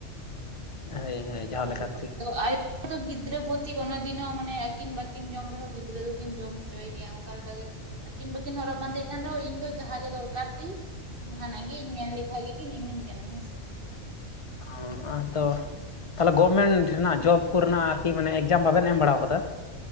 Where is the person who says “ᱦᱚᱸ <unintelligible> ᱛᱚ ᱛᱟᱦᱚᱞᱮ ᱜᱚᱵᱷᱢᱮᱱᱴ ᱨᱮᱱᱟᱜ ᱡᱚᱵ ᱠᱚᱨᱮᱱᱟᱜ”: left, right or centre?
Left